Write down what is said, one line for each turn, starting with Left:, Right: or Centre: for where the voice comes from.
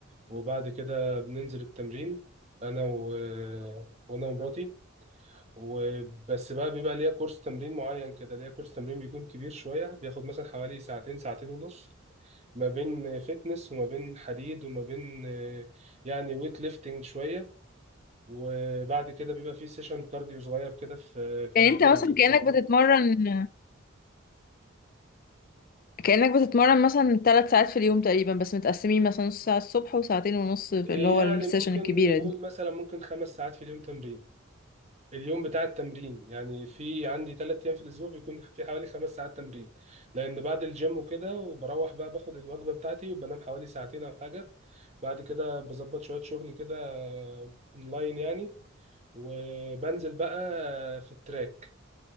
Right: وبعد كده بننزل التمرين انا و... وانا ومراتي وبس بقى بيبقى ليا كورس تمرين معين كده ليا كورس تمرين بيكون كبير شوية بياخد مثلا حوالي ساعتين ساعتين ونص ما بين فتنس وما بين حديد وما بين آه، يعني ويت ليفتنج شوية وبعد كده بيبقى فيه سيشن كارديو صغير كده في في
Left: يعني
Right: آخر
Left: انت مثلا
Right: التمرين
Left: كانك بتتمرن كأنك بتتمرن مثلا ثلاث ساعات في اليوم تقريبا بس متقسمين مثلا نص ساعة الصبح وساعتين ونص في
Right: يعني
Left: اللي هو السيشن
Right: ممكن
Left: الكبيرة
Right: نقول
Left: دي
Right: مثلا ممكن خمس ساعات في اليوم تمرين اليوم بتاع التمرين يعني في عندي ثلاث ايام في الاسبوع بيكون في حوالي خمس ساعات تمرين لان بعد الجيم وكده وبروح بقى باخد الوجبه بتاعتي وبنام حوالي ساعتين او حاجه بعد كده بظبط شويه شغل كده اونلاين يعني وبنزل بقى في التراك